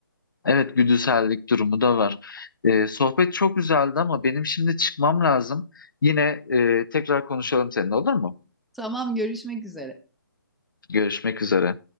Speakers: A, on the left; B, in the centre.
A: evet güdüsellik durumu da var. E, sohbet çok güzeldi ama benim şimdi çıkmam lazım. Yine e, tekrar konuşalım seninle olur mu?
B: Tamam görüşmek üzere.
A: Görüşmek üzere.